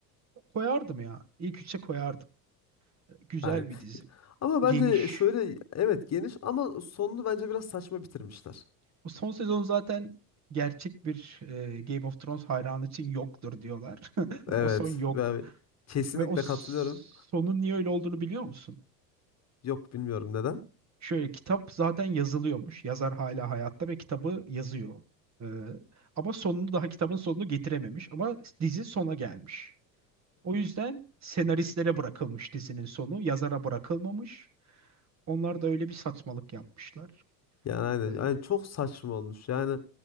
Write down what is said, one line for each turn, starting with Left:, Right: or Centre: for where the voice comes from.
Right: Koyardım ya. İlk üçe koyardım. Güzel
Left: Yani.
Right: bir dizi.
Left: Ama bence
Right: Geniş.
Left: şöyle evet geniş ama sonunu bence biraz saçma bitirmişler.
Right: Bu son sezon zaten gerçek bir e, Game of Thrones hayranı için yoktur diyorlar. <laughs>
Left: Evet.
Right: O son yok.
Left: Ben kesinlikle
Right: Ve o s-
Left: katılıyorum.
Right: sonun niye öyle olduğunu biliyor musun?
Left: Yok bilmiyorum neden.
Right: Şöyle kitap zaten yazılıyormuş. Yazar hala hayatta ve kitabı yazıyor. Ee, ama sonunu daha kitabın sonunu getirememiş. Ama dizi sona gelmiş. O yüzden senaristlere bırakılmış dizinin sonu. Yazara bırakılmamış. Onlar da öyle bir saçmalık yapmışlar.
Left: Yani aynen.
Right: E,
Left: Yani çok saçma olmuş. Yani